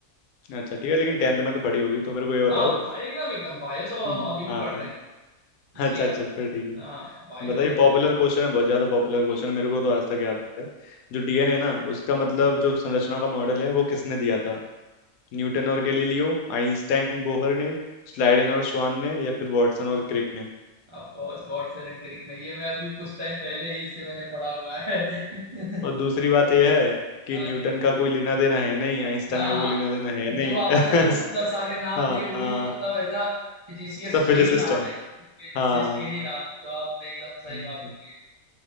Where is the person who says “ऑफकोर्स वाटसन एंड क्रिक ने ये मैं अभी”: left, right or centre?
Right